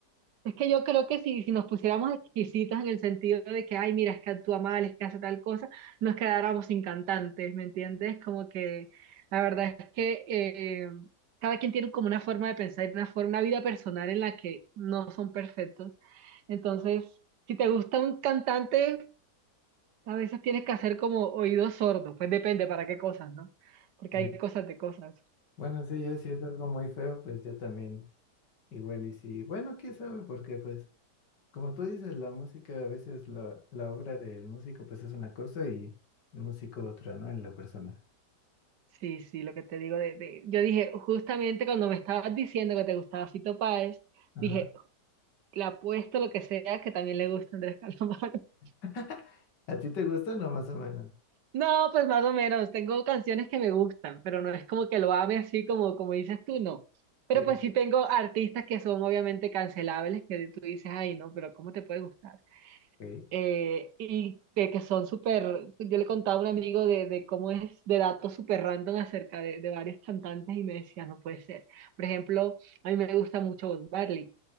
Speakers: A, on the right; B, on the left.
A: Es que yo creo que si, si nos pusiéramos exquisitas en el sentido de que, ay, mira, es que actúa mal, es que hace tal cosa, nos quedáramos sin cantantes, ¿me entiendes? Como que la verdad es que eh, cada quien tiene como una forma de pensar y una forma, una vida personal en la que no son perfectos. Entonces, si te gusta un cantante, a veces tienes que hacer como oídos sordos, pues depende para qué cosas, ¿no? Porque
B: Sí.
A: hay cosas de cosas.
B: Bueno, sí, yo si es algo muy feo, pues yo también igual y sí. Bueno, quién sabe, porque pues como tú dices, la música a veces la, la obra del músico pues es una cosa y el músico otra, ¿no? En la persona.
A: Sí, sí, lo que te digo de, de- yo dije, justamente cuando me estabas diciendo que te gustaba Fito Páez,
B: Ajá.
A: dije, le apuesto lo que sea que también le gusta Andrés Calamaro. <laughs>
B: <laughs> ¿A ti te gusta, no? Más o menos.
A: No, pues más o menos, tengo canciones que me gustan, pero no es como que lo ame así como, como dices tú, no. Pero
B: Sí.
A: pues sí tengo artistas que son obviamente cancelables, que tú dices, ay, no, pero ¿cómo te puede gustar?
B: Ok.
A: eh, y que, que son súper, yo le contaba a un amigo de, de cómo es, de datos súper random acerca de, de varios cantantes y me decía, no puede ser. Por ejemplo, a mí me gusta mucho Bob Marley.